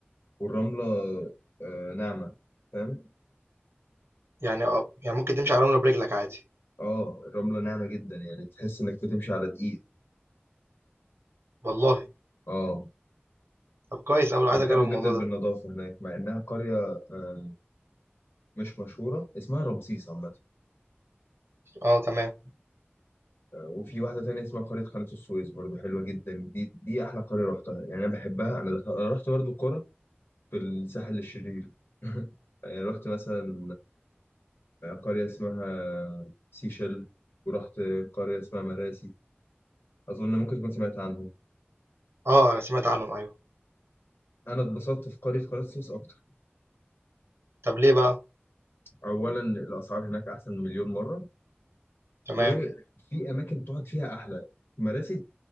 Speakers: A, on the left; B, on the right.
A: والرملة آه ناعمة فاهم
B: يعني أه يعني ممكن تمشي على الرملة برجلك عادي
A: اه الرملة ناعمة جدا يعني تحس إنك بتمشي على دقيق
B: والله
A: اه
B: طب كويس أوي
A: بيهتموا
B: عايز أجرب الموضوع
A: جدا
B: ده
A: بالنظافة هناك مع إنها قرية آه مش مشهورة اسمها رمسيس عامة
B: أه تمام
A: وفي واحدة تانية اسمها قرية قناة السويس برضو حلوة جدا دي دي أحلى قرية رحتها يعني أنا بحبها أنا دخل... أنا رحت برضو قرى في الساحل الشرير <laughs> يعني رحت مثلا قرية اسمها سيشل ورحت قرية اسمها مراسي أظن ممكن تكون سمعت عنهم
B: أه أنا سمعت عنهم أيوه
A: أنا اتبسطت في قرية قناة السويس أكتر
B: طب ليه بقى
A: أولا الأسعار هناك أحسن مليون مرة
B: تمام
A: وفي أماكن تقعد فيها أحلى مراسي